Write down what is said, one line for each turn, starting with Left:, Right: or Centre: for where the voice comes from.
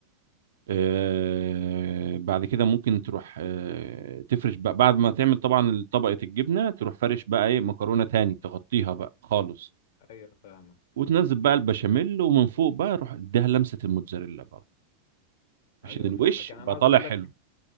Right: آه، بعد كده ممكن تروح آه، تفرش بقى بعد ما تعمل طبعا طبقة الجبنة تروح فرش بقى ايه مكرونة تاني تغطيها بقى خالص
Left: ايوه فاهمك
Right: وتنزل بقى البشاميل ومن فوق بقى روح اديها لمسة الموتزاريلا بقى عشان
Left: ايوه
Right: الوش
Left: فاهمك يعني
Right: يبقى
Left: انا عاوز
Right: طالع
Left: اقول
Right: حلو
Left: لك